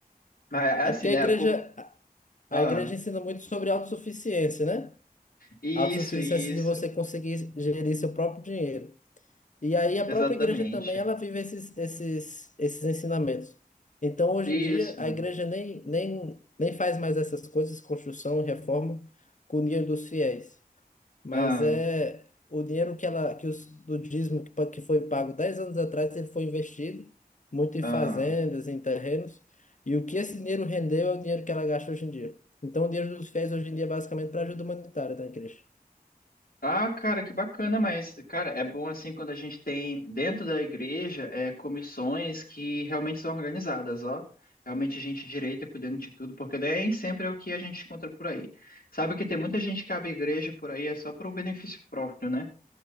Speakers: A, on the left; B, on the left.
A: Mas é
B: É
A: assim,
B: porque
A: né?
B: a igreja,
A: Pô,
B: a
A: ah,
B: igreja ensina muito sobre autossuficiência, né?
A: isso,
B: Autossuficiência
A: isso,
B: é de você conseguir gerir seu próprio dinheiro. E aí a
A: exatamente.
B: própria igreja também, ela vive esses, esses, esses ensinamentos. Então, hoje
A: Isso,
B: em dia, a igreja nem, nem, nem faz mais essas coisas, construção, reforma, com o dinheiro dos fiéis. Mas
A: ah,
B: é o dinheiro que ela, que os, do dízimo que, pa- que foi pago 10 anos atrás, ele foi investido muito em
A: ah.
B: fazendas, em terrenos. E o que esse dinheiro rendeu é o dinheiro que ela gasta hoje em dia. Então, o dinheiro dos fiéis hoje em dia é basicamente para ajuda humanitária da igreja.
A: Ah, cara, que bacana, mas, cara, é bom assim quando a gente tem dentro da igreja é, comissões que realmente são organizadas, ó. Realmente gente direita cuidando de tudo, porque nem sempre é o que a gente encontra por aí. Sabe que tem muita gente que abre igreja por aí é só para o benefício próprio, né?